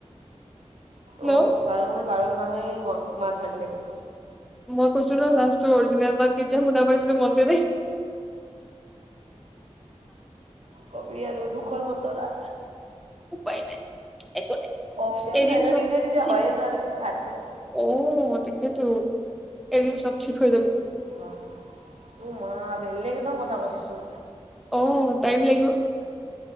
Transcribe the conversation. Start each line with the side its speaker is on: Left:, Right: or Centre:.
Centre: ন
Right: অ', বাৰ মাহত বাৰ দুমাহে মাত ভাঙি থাকে।
Centre: মই কৈছো ন লাষ্ট অৰিজিনেল মাত কেতিয়া শুনা পাইছিলো মনতে নাই
Right: কবি আৰু দুখৰ বতৰা
Centre: উপায় নাই একো নাই।
Right: অপচন
Centre: এদিন
Right: নাই
Centre: চব
Right: নিজে নিজে
Centre: ঠিক
Right: হয় ত আৰ হাত দে
Centre: অ', তেকেতো এদিন চব ঠিক হৈ যাব।
Right: বা অ মা বেলেগ একদম কথা কৈছচোন।
Centre: অ', টাইম লাগিব